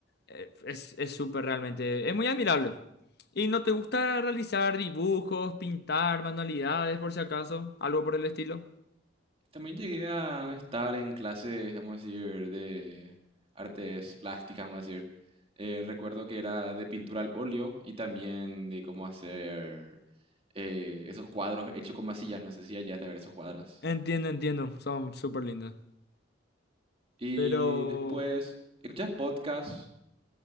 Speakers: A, on the left; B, on the right.
A: eh, es, es súper realmente. Es muy admirable. ¿Y no te gusta realizar dibujos, pintar, manualidades, por si acaso? Algo por el estilo.
B: También llegué a estar en clases, vamos a decir, de artes plásticas, vamos a decir. Eh, recuerdo que era de pintura al óleo y también de cómo hacer eh, esos cuadros hechos con masillas. No sé si llegaste a ver esos cuadros.
A: Entiendo, entiendo. Son súper lindos.
B: Y
A: Pero
B: después, ¿escuchas podcast?